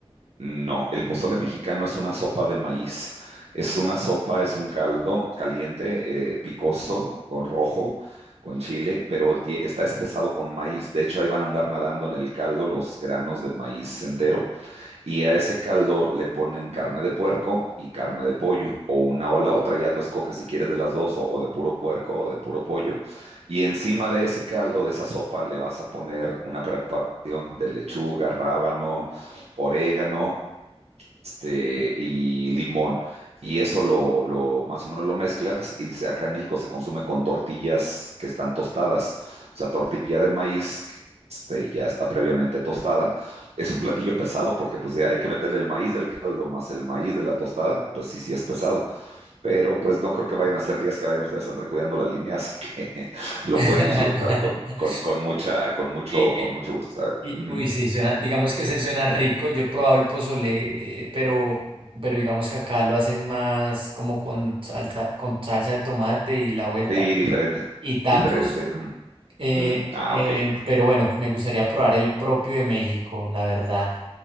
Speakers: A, on the right; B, on the right.
A: no, el pozole mexicano es una sopa de maíz. Es una sopa, es un caldo caliente, eh, picoso, con rojo, con chile, pero ye- está espesado con maíz. De hecho, ahí van a andar nadando en el caldo los granos de maíz entero Y a ese caldo le ponen carne de puerco y carne de pollo, o una o la otra, ya tú escoges si quieres de las dos, o, o de puro puerco o de puro pollo. Y encima de ese caldo, de esa sopa, le vas a poner una preparación de lechuga, rábano, orégano este, y limón. Y eso lo, lo- más o menos lo mezclas y se- acá en México se consume con tortillas que están tostadas. O sea, tortilla de maíz que este, ya está previamente tostada. Es un platillo pesado porque pues ya hay que meterle el maíz del caldo más el maíz de la tostada. Pues sí, sí es pesado. Pero pues no creo que vayan a ser días que vayan ustedes a andar cuidando la línea, así que <laughs> lo
B: <laughs>
A: pueden disfrutar con, con, con mucha, con mucho,
B: Eh,
A: con
B: eh,
A: mucho gusto. A ver.
B: Y,
A: ujú.
B: uy, sí, suena, digamos que se suena rico. Yo he probado el pozole, eh, pero, pero digamos que acá lo hacen más como con salsa, con salsa de tomate y la vuelta
A: Sí, diferente,
B: y tacos.
A: diferente. mm,
B: eh,
A: mm, Ah,
B: eh,
A: ok.
B: pero bueno, me gustaría probar el propio de México, la verdad.